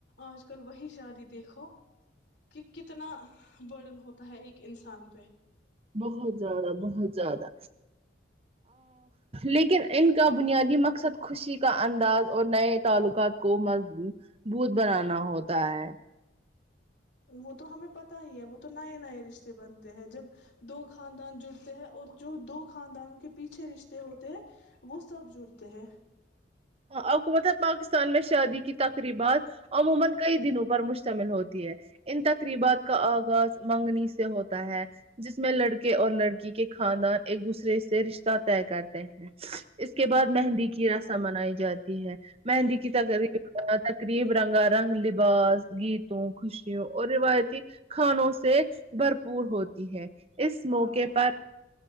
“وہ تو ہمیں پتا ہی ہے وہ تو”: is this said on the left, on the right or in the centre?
Left